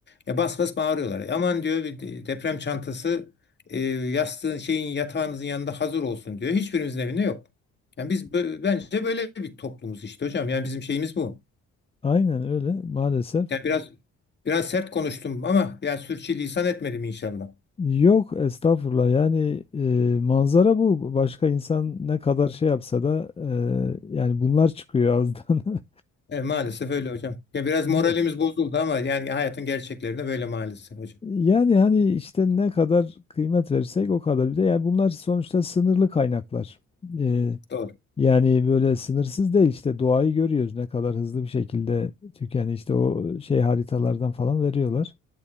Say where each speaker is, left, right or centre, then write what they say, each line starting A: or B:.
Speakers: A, on the left; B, on the left.
A: Ya bas bas bağırıyorlar. Aman diyor bir de- deprem çantası e, yastığın şeyin yatağınızın yanında hazır olsun diyor. Hiçbirimizin evinde yok. Yani biz bö- bence böyle bir toplumuz işte hocam. Yani bizim şeyimiz bu.
B: Aynen öyle maalesef.
A: Yani biraz biraz sert konuştum ama yani sürçülisan etmedim inşallah.
B: Yok estağfurullah yani e, manzara bu. Başka insan ne kadar şey yapsa da e, yani bunlar çıkıyor ağızdan. <laughs>
A: Evet, maalesef öyle hocam. Ya biraz moralimiz
B: Evet.
A: bozuldu ama yani hayatın gerçekleri de böyle maalesef hocam.
B: Yani hani işte ne kadar kıymet verirsek o kadar. Bir de yani bunlar sonuçta sınırlı kaynaklar. E,
A: Doğru.
B: Yani böyle sınırsız değil işte doğayı görüyoruz ne kadar hızlı bir şekilde tükeni işte o şey haritalardan falan veriyorlar.